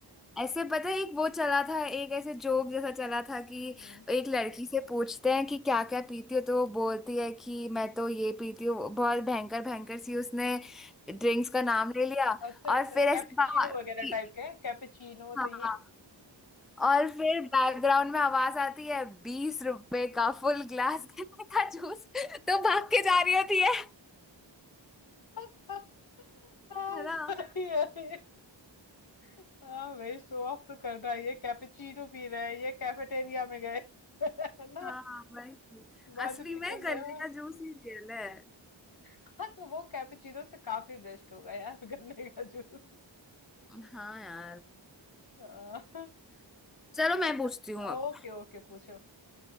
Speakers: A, in the centre; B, on the left (about 50°).
A: ऐसे पता है एक वो चला था एक ऐसे जोक जैसा चला था कि
B: है हम्म
A: एक लड़की से पूछते हैं कि क्या क्या पीती हो तो वो बोलती है कि मैं तो ये पीती हूँ बहुत भयंकर भयंकर सी उसने ड्रिंक्स का नाम ले लिया
B: अच्छा
A: और
B: अच्छा
A: फिर ऐसे
B: कैपेचिनो
A: बाहर
B: वगैरह
A: कि-
B: टाइप के कैपेचिनो
A: हाँ
B: तो ये
A: और फिर बैकग्राउंड में आवाज आती है बीस रुपए का फुल ग्लास गन्ने का जूस तो भाग के जा रही होती है
B: <laughs> हाँ
A: है
B: सही
A: ना
B: है ये। हाँ भाई शो ऑफ तो कर रहा है ये कैपेचिनो पी रहा है ये कैफेटेरिया में गए <laughs> है ना
A: हाँ वही
B: बाद
A: असली
B: में पीछे
A: में गन्ने
B: से हाँ।
A: का जूस ही रियल है
B: हाँ तो वो कैपेचिनो से काफी बेस्ट होगा यार गन्ने का जूस
A: हाँ यार
B: हाँ, <laughs>
A: चलो मैं
B: अच्छा
A: पूछती हूँ अब
B: ओके ओके पूछो